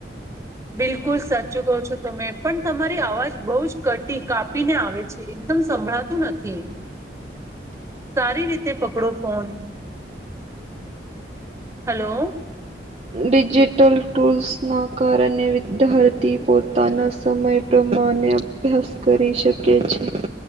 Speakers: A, on the right (about 15°); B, on the right (about 35°).
A: બિલકુલ સાચું કહો છો તમે પણ તમારી અવાજ બહુ જ કટી કાપીને આવે છે. એકદમ સંભળાતું નથી સારી રીતે પકડો ફોન હલો.
B: ડિજિટલ ટૂલ્સના કારણે વિદ્યાર્થી પોતાના સમય પ્રમાણે અભ્યાસ કરી શકે છે